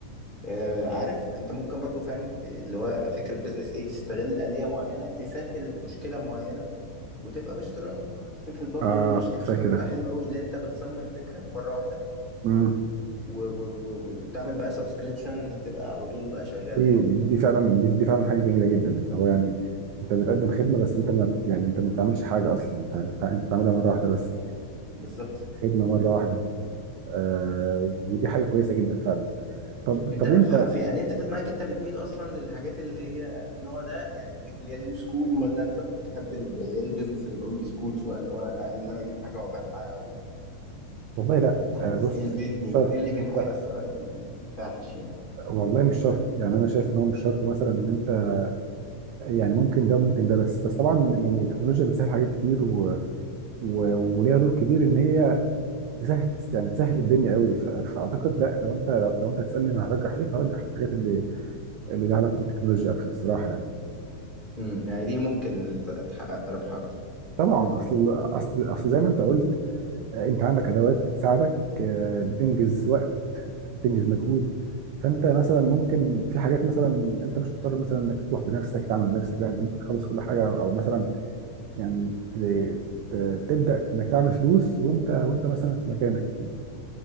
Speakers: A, on the left; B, on the right.
A: آه عارف أنت ممكن برضو فاهم ت- اللي هو فكرة بيزنس إيه تستغل آلية معينة تسهل مشكلة معينة وتبقى باشتراك فكرة برضو
B: اه
A: الاشتراك
B: فاكره
A: دي بتبقى حلوة قوي اللي انت بتصمم فكرة مرة واحدة
B: امم
A: و و و و وتعمل بقى سبسكريبشن هتبقى على طول بقى شغالة
B: دي
A: يعني
B: دي فعلا دي, دي فعلا حاجه جميله جدا اللي هو يعني انت بتقدم خدمه بس انت ما بت- يعني انت ما بتعملش حاجه اصلا انت انت بتع- انت بتعملها مره واحده بس
A: بالظبط
B: خدمه مره واحده آه ودي حاجه كويسه جدا فعلا طب
A: انت
B: طب
A: في
B: انت
A: في- يعني انت في دماغك انت بتميل اصلا للحاجات اللي هي النوع ده يعني الحاجات اللي هي نيو سكول ولا انت بتحب ال- ال- البيزنس الاولد سكول شوية اللي هو لا ان انا اجيب حاجة وابيعها و...
B: والله لا
A: يعني انت حاسس
B: آه بص
A: ايه البيزنس
B: مش شرط
A: ايه اللي بيحقق
B: لا
A: الثراء الفاحش يعني
B: والله مش شرط يعني انا شايف ان هو مش شرط مثلا ان انت يعني ممكن ده وممكن ده بس بس طبعا يعني التكنولوجيا بتسهل حاجات كتير و... و... وليها دور كبير ان هي تسهل يعني تسهل الدنيا قوي ف... فاعتقد لا لو انت لو, لو انت تسالني انا هرجح ايه فهرجح الحاجات اللي اللي ليها علاقه بالتكنولوجيا اكثر الصراحه يعني
A: امم، يعني دي ممكن ت- تحقق ربح اكتر
B: طبعا اصل اصل اصل زي ما انت قلت آه، انت عندك ادوات بتساعدك آه، بتنجز وقت بتنجز مجهود فانت مثلا ممكن في حاجات مثلا انت مش مضطر مثلا انك تروح بنفسك تعمل بنفسك لا انت ممكن تخلص كل حاجه او مثلا يعني ت- ت- تبدا انك تعمل فلوس وانت وانت مثلا في مكانك يعني